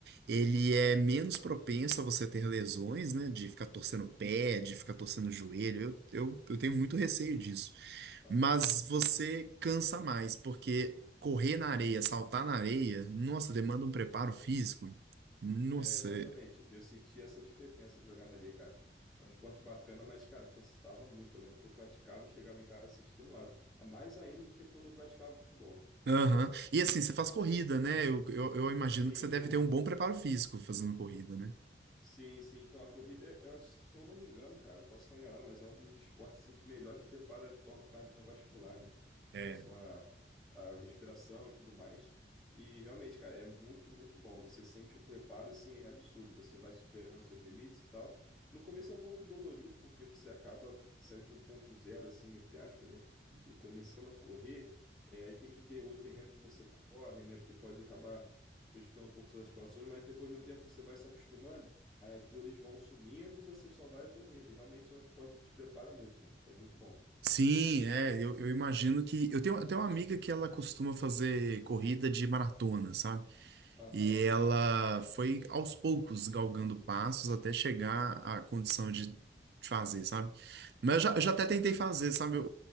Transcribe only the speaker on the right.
ele é menos propenso a você ter lesões, né? De ficar torcendo o pé, de ficar torcendo o joelho. Eu, eu, eu tenho muito receio disso.
Mas você cansa mais, porque correr na areia, saltar na areia, nossa, demanda um preparo físico. Nossa.
é-
Aham. E assim, você faz corrida, né? Eu, eu, eu imagino
que você
deve
ter um bom preparo físico fazendo corrida, né?
É.
Sim, é, eu, eu imagino que. Eu tenho até uma amiga que ela costuma fazer corrida de maratona, sabe?
E ela foi aos poucos galgando passos até chegar à condição de fazer, sabe? Mas eu já, eu
já até tentei fazer, sabe, o,